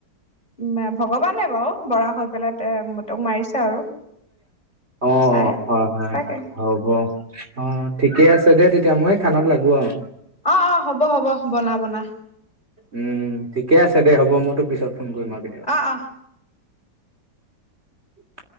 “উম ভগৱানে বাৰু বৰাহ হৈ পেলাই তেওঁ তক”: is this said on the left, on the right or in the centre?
Left